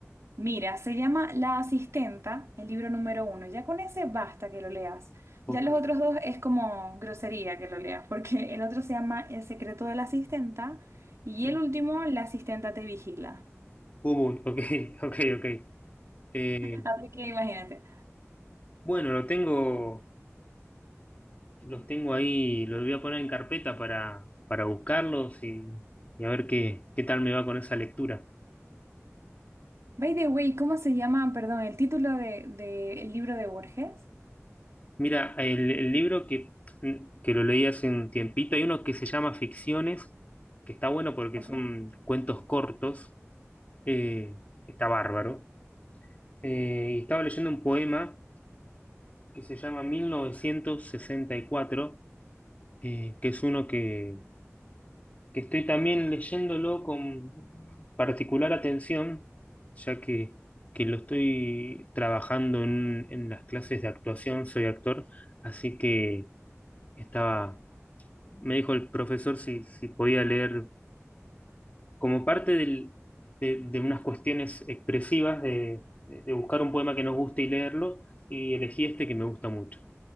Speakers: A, on the right; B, on the left.
A: Mira, se llama La Asistenta, el libro número uno. Ya con ese basta que lo leas.
B: Ok.
A: Ya los otros dos es como grosería que lo leas, porque el otro se llama El secreto de la asistenta y
B: Mm,
A: el último, La asistenta te vigila.
B: Cubo, ok, <laughs> ok, ok. Eh,
A: Así que imagínate.
B: bueno, lo tengo, los tengo ahí, los voy a poner en carpeta para, para buscarlos y, y a ver qué, qué tal me va con esa lectura.
A: By the way, ¿cómo se llama, perdón, el título de, de el libro de Borges?
B: Mira, el, el libro que, mm, que lo leí hace un tiempito, hay uno que se llama Ficciones, que está bueno porque
A: Ok.
B: son cuentos cortos, eh, está bárbaro. Eh, y estaba leyendo un poema que se llama 1964, eh, que es uno que, que estoy también leyéndolo con particular atención, ya que, que lo estoy trabajando en en las clases de actuación, soy actor, así que estaba me dijo el profesor si, si podía leer como parte del- de, de unas cuestiones expresivas de, de- de buscar un poema que nos guste y leerlo, y elegí este que me gusta mucho.